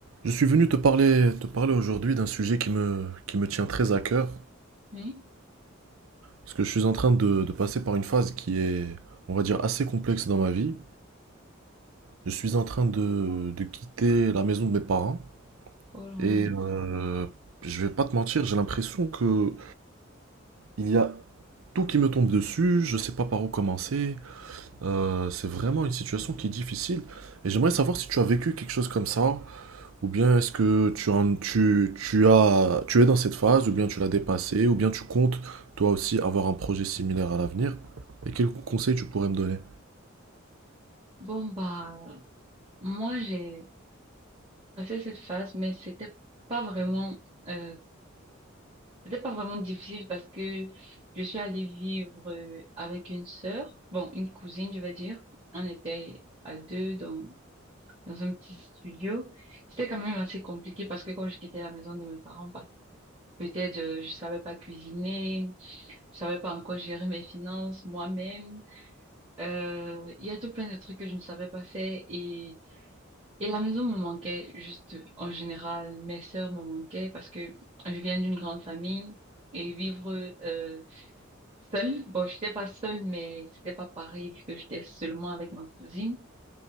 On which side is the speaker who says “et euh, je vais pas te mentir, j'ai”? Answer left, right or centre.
Right